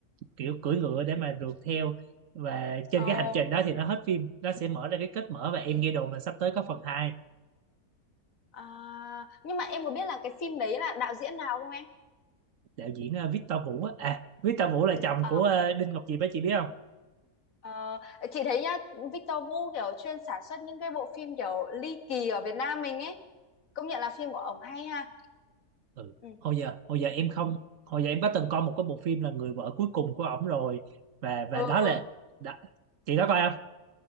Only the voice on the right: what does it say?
kiểu cưỡi ngựa để mà rượt theo và trên
cái hành trình đó thì nó hết phim nó sẽ mở ra cái kết mở và em nghe đồn là sắp tới có phần hai
đạo diễn ờ, Victor Vũ á à Victor Vũ là chồng
của ờ, Đinh Ngọc Diệp á chị biết không
ừ.
hồi giờ hồi giờ em không hồi giờ em có từng coi một cái bộ phim là Người vợ cuối cùng của ổng rồi và
và đó
là đó, chị có coi không